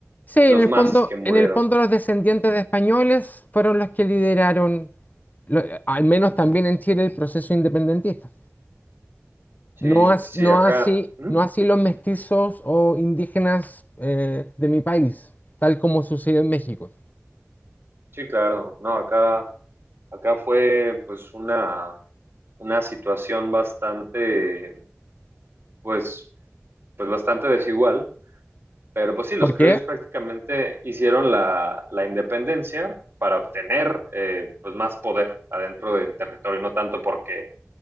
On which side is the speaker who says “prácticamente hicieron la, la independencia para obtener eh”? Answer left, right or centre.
Right